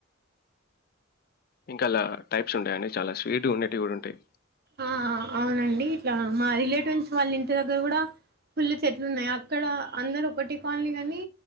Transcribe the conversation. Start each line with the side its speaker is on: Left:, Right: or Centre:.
Left: ఇంకా అలా టైప్స్ ఉంటాయిండి చాలా స్వీట్ ఉండేటివి కూడా ఉంటాయి
Right: ఆ అవునండి ఇట్లా మా రిలేటివ్స్ వాళ్ళ ఇంటి దగ్గర కూడా ఫుల్లు చెట్లు ఉన్నాయి అక్కడ అందరూ ఒకటి కాలనీ కాని